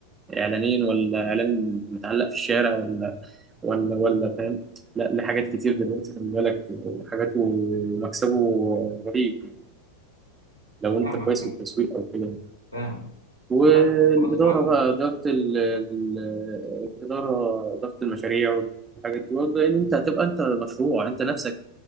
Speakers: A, on the right; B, on the left.
A: إعلانين ولا إعلان متعلق في الشارع ولا ولا ولا فاهم لا ليه حاجات كتير دلوقتي خلي بالك وحاجات ومكسبه رهيب لو أنت
B: فاهمك
A: كويس في التسويق أو كده
B: فاهمك
A: والإدارة
B: ما انا بقى خلاص بقى كده
A: بقى إدارة ال- ال- الإدارة إدارة المشاريع والحاجات دي برضه لأن أنت هتبقى أنت مشروع أنت نفسك